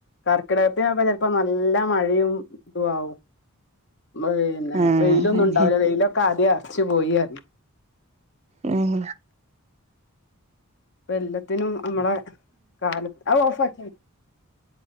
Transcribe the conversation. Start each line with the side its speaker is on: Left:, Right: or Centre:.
Left: കർക്കിടകത്തിനൊക്കെ ചിലപ്പോ നല്ല മഴയും ഇതു ആവും പിന്നെ
Right: ആഹ്
Left: വെയിലൊന്നും
Right: അതെ
Left: ഉണ്ടാവില്ല വെയിലൊക്കെ ആദ്യം അറ്ച്ചു പോയി പറയും
Right: ഉം
Left: ഇപ്പൊ എല്ലത്തിനും അമ്മളെ കാലത്ത് അഹ് ഓഫ് ആക്ക്